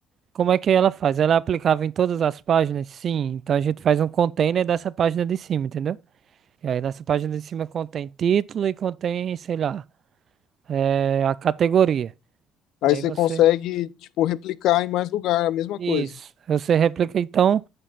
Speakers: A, on the right; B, on the left.
A: Como é que ela faz? Ela é aplicável em todas as páginas? Sim. Então a gente faz um container dessa página de cima, entendeu? E aí nessa página de cima contém título e contém, sei lá, eh, a categoria.
B: aí
A: E aí
B: você
A: você.
B: consegue, tipo, replicar em mais lugar, a mesma
A: Isso.
B: coisa.
A: Você replica então.